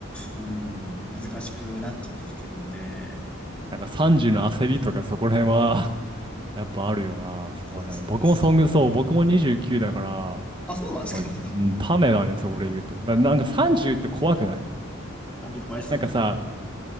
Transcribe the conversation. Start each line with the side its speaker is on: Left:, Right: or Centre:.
Centre: うん、難しくなっちゃってきてるので、
Right: なんか30の焦りとかそこら辺は <laughs> やっぱあるよな、そこら辺。
Centre: そうです、そうです。
Right: 僕もそんぐ、
Centre: ちょっと
Right: そう、僕も29だから、
Centre: あ、そうなんですか
Right: まあうんためだね、そこで言うと。だ、なんか30って怖くない
Centre: ?30 <laughs> 怖いですよね。
Right: なんかさ、